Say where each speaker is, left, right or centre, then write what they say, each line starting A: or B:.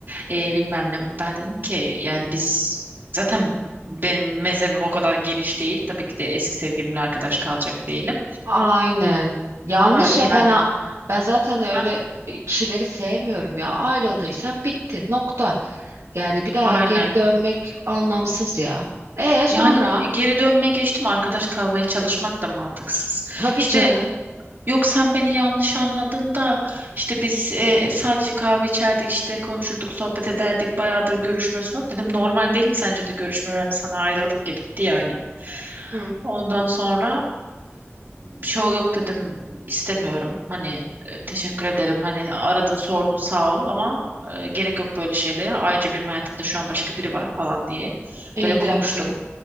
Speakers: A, on the right; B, on the right.
A: Eee, bilmem ne ben dedim ki yani biz zaten benim mezhebim o kadar geniş değil tabii ki de eski sevgilimle arkadaş kalacak değilim
B: aynen. Yanlış
A: Ay,
B: ya
A: yani
B: ben a- ben zaten öyle
A: Ha,
B: e, kişileri sevmiyorum ya. Ayrıldıysan bitti. Nokta. Yani bir daha
A: aynen
B: geri dönmek anlamsız ya. E sonra
A: Yani e, geri dönmeye geçtim arkadaş kalmaya çalışmak da mantıksız.
B: tabii
A: İşte
B: canı.
A: yok sen beni yanlış anladın da işte biz e, sadece kahve içerdik işte konuşurduk sohbet ederdik bayağıdır görüşmüyorsun. falan. Dedim normal değil mi sence de görüşmememiz sana ayrıldık ya bitti yani.
B: Hı.
A: Ondan sonra e, şey yok dedim istemiyorum hani e, teşekkür ederim hani aradın sordun sağ ol ama e, gerek yok böyle şeylere. Ayrıca benim hayatımda şu an başka biri var falan diye
B: İyi
A: böyle konuştum.
B: de yaptın.